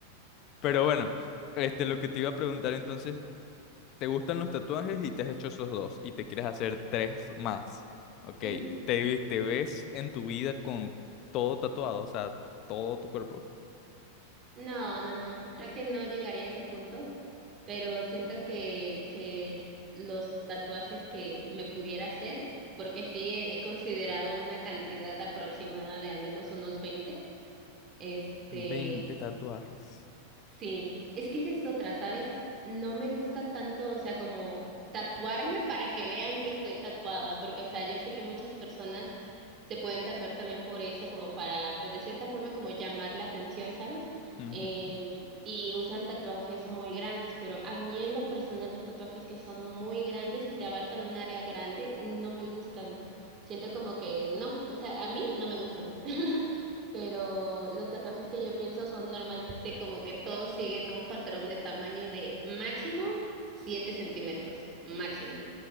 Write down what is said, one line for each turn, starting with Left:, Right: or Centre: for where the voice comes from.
Left: Pero bueno, este, lo que te iba a preguntar entonces, ¿te gustan los tatuajes y te has hecho esos dos y te quieres hacer tres más? Ok,
Right: Ujú.
Left: ¿te, vi- te ves en tu vida con todo tatuado, o sea, todo tu cuerpo?
Right: No, no, no. Creo que no llegaría a ese punto, pero siento que, que los tatuajes que me pudiera hacer, porque sí he, he considerado una cantidad aproximada de al menos unos 20, este,
Left: veinte tatuajes.
Right: Sí, es que esa es otra, ¿sabes? No me gusta tanto, o sea, como tatuarme para que vean que estoy tatuada, porque, o sea, yo sé que muchas personas se pueden tatuar también por eso, como para, pues, de cierta forma, como llamar la atención, ¿sabes?
Left: Ujú,
Right: Eh, y usan tatuajes muy grandes, pero a mí en lo personal los tatuajes que son muy grandes, que te abarcan un área grande, no me gustan. Siento como que no, o sea, a mí no me gustan. <laughs> pero los tatuajes que yo pienso son normalmente como que todos siguen un patrón de tamaño de máximo 7 centímetros, máximo.